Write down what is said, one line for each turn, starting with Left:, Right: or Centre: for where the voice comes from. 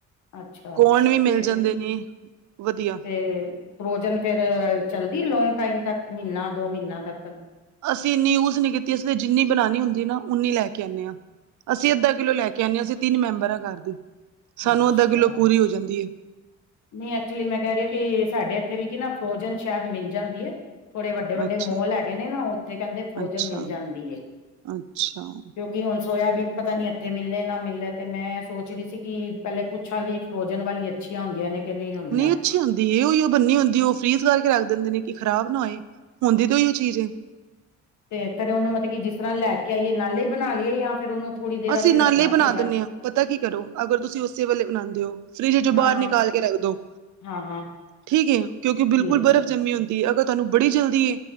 Left: ਅੱਛਾ-ਅੱਛਾ
Right: ਕੌਣ ਵੀ ਮਿਲ
Left: ਤੇ
Right: ਜਾਂਦੇ ਨੇ ਵਧੀਆ।
Left: ਤੇ ਫਰੋਜਨ ਫੇਿਰ ਚੱਲਦੀ ਲੋਂਗ ਟਾਈਮ ਤੱਕ ਮਹੀਨਾ ਦੋ ਮਹੀਨਾ ਤੱਕ
Right: ਅਸੀਂ ਇੰਨੀ ਯੂਜ ਨੀ ਕੀਤੀ ਅਸੀਂ ਤੇ ਜਿੰਨੀ ਬਣਾਉਣੀ ਹੁੰਦੀ ਨਾ ਉਓਨੀ ਲੈ ਕੇ ਆਉਂਦੇ ਹਾਂ। ਅਸੀਂ ਅੱਧਾ ਕਿੱਲੋ ਲੈ ਕੇ ਆਉਂਦੇ ਹਾਂ ਅਸੀਂ ਤਿੰਨ ਮੈਂਬਰ ਹਾਂ ਘਰ ਦੀ ਸਾਨੂੰ
Left: ਅੱਛਾ
Right: ਅੱਧਾ ਕਿੱਲੋ ਪੂਰੀ ਹੋ ਜਾਂਦੀ ਹੈ
Left: ਨਹੀਂ ਐਕਚੁਲੀ ਮੈਂ ਕਹਿ ਰਹੀ ਹ ਕਿ, ਸਾਡੇ ਇੱਥੇ ਵੀ ਕੀ ਨਾ ਫਰੋਜਨ ਸ਼ਾਇਦ ਮਿਲ ਜਾਂਦੀ ਹੈ। ਥੋੜੇ ਵੱਡੇ
Right: ਹੈ
Left: ਵੱਡੇ
Right: ਅੱਛਾ
Left: ਮੋਲ ਹੈਗੇ ਨੇ ਨਾ, ਉੱਥੇ ਕਹਿੰਦੇ ਫਰੋਜਨ
Right: ਅੱਛਾ
Left: ਮਿਲ ਜਾਂਦੀ ਕਿ।
Right: ਅੱਛਾ
Left: ਕਿ ਹੁਣ ਸੋਇਆਬੀਨ ਪਤਾ ਨੀ ਇੱਥੇ ਮਿਲੇ ਨਾ ਮਿਲੇ ਤੇ ਮੈਂ ਸੋਚਦੀ ਸੀ ਕਿ ਪਹਿਲੇ ਅੱਛਾ, ਜੀ ਫਰੋਜਨ ਵਾਲੀ ਅੱਛੀਆਂ ਹੁੰਦੀਆਂ ਨੇ ਕਿ ਹੁੰਦੀਆਂ
Right: ਨਹੀਂ ਅੱਛੀ ਹੁੰਦੀ ਦੀ ਇਹ ਉਹੀ ਉਹ ਬੰਨੀ ਹੁੰਦੀ ਉਹ ਫਰੀਜ਼ ਕਰਕੇ ਰੱਖ ਦਿੰਦੇ ਨੇ ਕਿ ਖ਼ਰਾਬ ਨਾ ਹੋਏ ਹੁੰਦੀ ਤੇ ਉਈ ਉਹ ਚੀਜ਼।
Left: ਤੇ ਫੇਰ ਉਹਨੂੰ ਮਤਲਬ ਜਿਸ ਤਰ੍ਹਾਂ ਲੈ ਕੇ ਆਈਏ ਨਾਲੇ ਹੀ ਬਣਾ ਲਈਏ ਜਾਂ ਫ਼ਿਰ ਉਹਨੂੰ, ਥੋੜ੍ਹੀ ਦੇਰ
Right: ਅਸੀਂ
Left: ਵਾਸਤੇ
Right: ਨਾਲੇ
Left: ਰੱਖਣਾ
Right: ਬਣਾ
Left: ਪਏਗਾ
Right: ਦਿੰਦੇ ਹਾਂ ਪਤਾ ਕੀ ਕਰੋ ਅਗਰ ਤੁਸੀਂ ਉਸੇ ਵੇਲੇ ਬਣਾਉਂਦੇ ਹੋ, ਫਰਿਜ ਚੋਂ ਬਾਹਰ
Left: ਹਾਂ ਹਾਂ
Right: ਨਿਕਾਲ ਕੇ ਰੱਖ ਦੋ
Left: ਹਾਂ ਹਾਂ
Right: ਠੀਕ ਹੈ, ਕਿਉਂਕਿ
Left: ਠੀਕ
Right: ਬਿਲਕੁਲ ਬਰਫ਼
Left: ਹੈ
Right: ਜੰਮੀ ਹੁੰਦੀ। ਅਗਰ ਤੁਹਾਨੂੰ ਬੜੀ ਜਲਦੀ